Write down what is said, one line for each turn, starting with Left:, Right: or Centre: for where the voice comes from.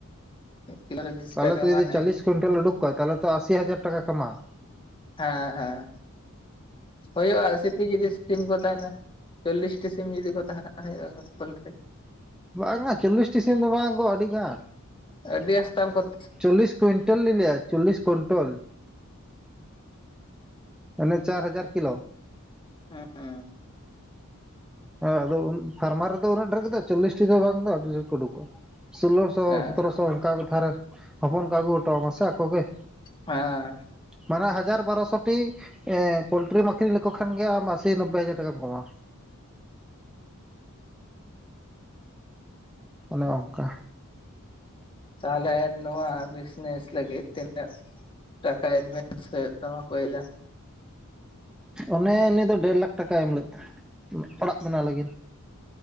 Left: ᱢᱤᱫ ᱠᱤᱞᱳ ᱨᱮ ᱵᱤᱥ
Centre: ᱛᱟᱦᱚᱞᱮ
Left: ᱴᱟᱠᱟ
Centre: ᱛᱚ ᱡᱚᱫᱤ
Left: ᱢᱟᱱᱮ
Centre: ᱪᱟᱞᱤᱥ ᱠᱩᱭᱤᱱᱴᱟᱞ ᱩᱰᱩᱠ ᱠᱚᱣᱟ ᱛᱟᱦᱚᱞᱮ ᱛᱚ ᱟᱥᱤ ᱦᱟᱡᱟᱨ ᱴᱟᱠᱟ ᱠᱟᱢᱟᱜᱼᱟ᱾
Left: ᱦᱮᱸ ᱦᱮᱸ ᱦᱩᱭᱩᱜᱼᱟ ᱟᱥᱤᱴᱤ ᱡᱩᱫᱤ ᱥᱤᱢ ᱠᱚ ᱛᱟᱦᱮᱱᱟ᱾ ᱪᱚᱞᱞᱤᱥᱴᱤ ᱥᱤᱢ ᱡᱩᱫᱤ ᱠᱚ ᱛᱟᱦᱮᱱᱟ ᱦᱩᱭᱩᱜᱼᱟᱠᱚ ᱯᱚᱞᱴᱨᱤ
Centre: ᱵᱟᱝᱟ ᱪᱚᱞᱞᱤᱥᱴᱤ ᱥᱤᱢ ᱫᱚ ᱵᱟᱝ ᱜᱳ ᱟᱹᱰᱤ ᱜᱟᱱ
Left: ᱟᱹᱰᱤ ᱟᱥ ᱛᱟᱢ ᱠᱚᱛ
Centre: ᱪᱚᱞᱞᱤᱥ ᱠᱩᱭᱱᱴᱟᱞ ᱞᱤᱧ ᱞᱟᱹ ᱟ ᱪᱚᱞᱞᱤᱥ ᱠᱩᱭᱱᱴᱟᱞ ᱢᱟᱱᱮ ᱪᱟᱨ ᱦᱟᱡᱟᱨ ᱠᱤᱞᱳ
Left: ᱦᱮᱸ ᱦᱮᱸ
Centre: ᱟᱫᱚ ᱯᱷᱟᱨᱢᱟᱨ ᱨᱮᱫᱚ ᱩᱱᱟᱹᱜ ᱰᱷᱮᱨ ᱜᱮᱫᱚ ᱪᱚᱞᱞᱤᱥᱴᱤ ᱫᱚ ᱵᱟᱝ ᱫᱚ ᱟᱹᱰᱤ ᱰᱷᱮᱨ ᱠᱚ ᱩᱰᱩᱠᱚᱜᱼᱟ ᱥᱳᱞᱞᱳ ᱥᱚ
Left: ᱦᱮᱸ
Centre: ᱥᱚᱛᱚᱨᱚᱥᱚ ᱚᱱᱠᱟ ᱢᱤᱫ ᱫᱷᱟᱱ ᱨᱮ ᱦᱚᱯᱚᱱ ᱠᱚ ᱟᱹᱜᱩ ᱟᱢᱟ ᱥᱮ ᱟᱠᱚ ᱜᱮ
Left: ᱦᱮᱸ
Centre: ᱢᱟᱱᱮ ᱦᱟᱡᱟᱨ ᱵᱟᱨᱚᱥᱚᱴᱤ ᱮᱸ ᱯᱳᱞᱴᱨᱤᱢ ᱟᱹᱠᱷᱨᱤᱧ ᱞᱮᱠᱚ ᱠᱷᱟᱱ ᱜᱮ ᱟᱢ ᱟᱥᱤ ᱱᱚᱵᱵᱚᱭ ᱦᱟᱡᱟᱨ ᱴᱟᱠᱟᱢ ᱠᱟᱢᱟᱣᱟ ᱚᱱᱮ ᱚᱱᱠᱟ
Left: ᱛᱟᱦᱚᱞᱮ ᱱᱚᱣᱟ ᱵᱤᱥᱱᱮᱥ ᱞᱟᱹᱜᱤᱫ ᱛᱤᱱᱟᱹᱜ ᱴᱟᱠᱟᱭ ᱤᱱᱵᱷᱮ <unintelligible> ᱛᱟᱢᱟ ᱯᱚᱭᱞᱟ
Centre: ᱚᱱᱮ ᱩᱱᱤ ᱫᱚ ᱰᱮᱲ ᱞᱟᱠᱷ ᱴᱟᱠᱟᱭ ᱮᱢ ᱞᱮᱫ ᱛᱟᱦᱮᱸᱱ ᱚᱲᱟᱜ ᱵᱮᱱᱟᱣ ᱞᱟᱹᱜᱤᱫ